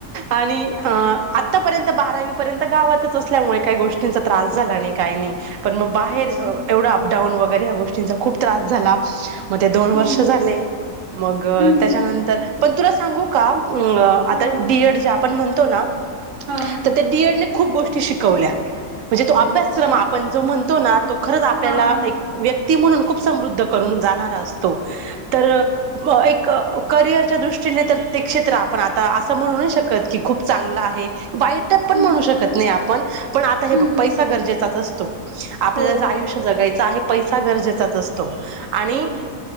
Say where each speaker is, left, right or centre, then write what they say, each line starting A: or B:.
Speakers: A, on the right (about 60°); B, on the right (about 85°).
A: आणि
B: हा हा
A: आतापर्यंत बारावी पर्यंत गावातच असल्यामुळे काही गोष्टींचा त्रास झाला आणि काही नाही पण मग बाहेर
B: अच्छा
A: एवढा अपडाऊन वगैर गोष्टींचा खूप त्रास झाला मग ते दोन
B: हम्म
A: वर्ष झाले मग
B: हम्म
A: त्याच्यानंतर पण तुला सांगू का अ
B: हा
A: आता डीएड जे आपण म्हणतो ना
B: हा
A: तर त्या डीएड खप गोष्टी शिकवल्या म्हणजे तो अभ्यासक्रम
B: अच्छा
A: आपण जो म्हणतो ना तो खरंच आपल्याला
B: हा हा हा
A: एक व्यक्ती म्हणून खूप समृद्ध करून जाणार असतो तर एक करिअरच्या दृष्टीने तर प्रत्य क्षेत्र आपण आता असं म्हणू नाही शकत क खूप चांगला आहे वाईट पण
B: हम्म
A: म्हणू शकत
B: हम्म
A: नाही आपण पण आता हे
B: हम्म
A: बघ पैसा गरजेचाच असतो आपल्याला
B: हो
A: ज आयुष्य जगायचं आहे पैसा गरजेचाच असतो आणि
B: हो